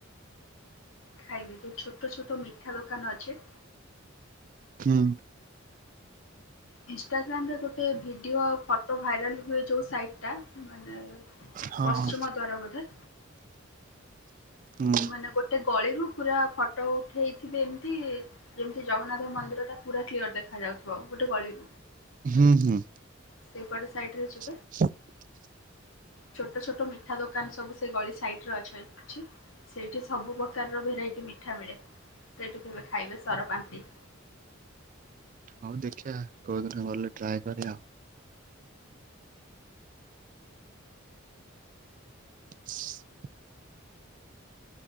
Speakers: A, on the left; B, on the right.
A: ଖାଇବେ ଯୋଉ ଛୋଟ ଛୋଟ ମିଠା ଦୋକାନ ଅଛି
B: ହୁଁ
A: ଇନଷ୍ଟାଗ୍ରାମ ରେ ଗୋଟେ ଭିଡିଓ ଆଉ ଫଟୋ ଭାଇରାଲ ହୁଏ ଯୋଉ ସାଇଟ୍ ଟା ମାନେ
B: ହଁ
A: ପଶ୍ଚୁମା
B: ହଁ
A: ଦ୍ଵାରା ବୋଧେ
B: ହୁଁ
A: ମାନେ ଗୋଟେ ଗଳିରୁ ପୁରା ଫଟୋ ଉଠେଇଥିବେ ଏମିତି ଯେମିତି ଜଗନ୍ନାଥ ମନ୍ଦିର ଟା ପୁରା କ୍ଲିଅର ଦେଖା ଯାଉଥିବ ଗୋଟେ ଗଳିରୁ
B: ହୁଁ ହୁଁ।
A: ସେଇପଟେ ସାଇଟ୍ ରେ ଯି
B: <unintelligible>
A: ଛୋଟ ଛୋଟ ମିଠା ଦୋକାନ ସବୁ ସେ ଗଳି ସାଇଟ ରେ ଅଛେ। ଛି ସେଇଠି ସବୁ ପକାରର ଭେରାଇଟି ମିଠା ମିଳେ। ସେଇଠି କେବେ ଖାଇବେ ସର ପାନ୍ତି।
B: ହଉ ଦେଖିଆ କୋଉଦିନ ଗଲେ ଟ୍ରାଏ କରିବା ଆଉ। <inaudible>